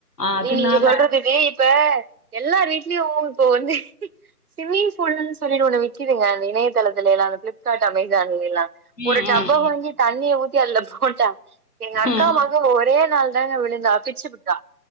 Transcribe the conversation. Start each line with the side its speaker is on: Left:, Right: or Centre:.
Left: அதனால
Right: ஜி நீங்க சொல்றது ஜி இப்ப எல்லார் வீட்லியு பூல் இப்போ வந்து சிம்மிங் ஃபூல்ன் சொல்லிட்டு ஒண்ணு விக்கிதுங்க அந்த இணையதளத்தில எல்லா அந்த ஃப்ளிப்காட் அமே சான்லி எல்லா
Left: ம்,
Right: ஒரு டப்பா
Left: ம்,
Right: வாங்கி தண்ணிய ஊத்தி அதுல போட்டா எங்க அக்கா
Left: ம்.
Right: மக ஒரே ல்தாங்கா விழுந்தா பிச்சு புட்டா